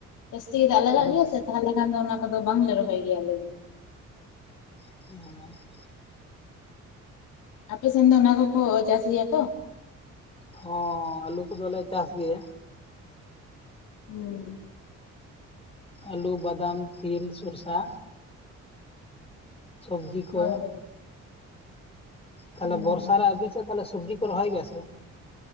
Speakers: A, on the left (about 85°); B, on the left (about 20°).
A: ᱡᱟᱹᱥᱛᱤ ᱜᱮ ᱫᱟᱜ ᱞᱟᱜᱟᱜ
B: ᱦᱮᱸ
A: ᱜᱮᱭᱟ ᱥᱮ ᱛᱟᱦᱚᱞᱮ ᱠᱷᱟᱱ ᱫᱚ ᱚᱱᱟ ᱠᱚᱫᱚ ᱵᱟᱝᱞᱮ ᱨᱚᱦᱚᱭ ᱜᱮᱭᱟ ᱟᱞᱮ ᱫᱚ
B: ᱚ
A: ᱟᱯᱮᱥᱱ ᱫᱚ ᱚᱱᱟ ᱠᱚᱠᱚ ᱪᱟᱥ ᱜᱮᱭᱟ ᱠᱚ
B: ᱦᱚᱸ ᱟᱞᱩ ᱠᱚᱫᱚ ᱞᱮ ᱪᱟᱥ ᱜᱮᱭᱟ᱾
A: ᱦᱩᱸ
B: ᱟᱹᱞᱩ ᱵᱟᱫᱟᱢ ᱛᱤᱞ ᱥᱚᱨᱥᱟ ᱥᱚᱵᱽᱡᱤ ᱠᱚ
A: ᱦᱳᱭ ᱦᱳᱭ
B: ᱛᱟᱦᱚᱞᱮ
A: ᱦᱩᱸ
B: ᱵᱚᱨᱥᱟ
A: ᱦᱩᱸ
B: ᱨᱮ ᱟᱵᱤᱥᱮᱫ ᱛᱟᱦᱚᱞᱮ ᱥᱚᱵᱽᱡᱤ ᱠᱚ ᱨᱚᱦᱚᱭ ᱜᱮᱭᱟ ᱥᱮ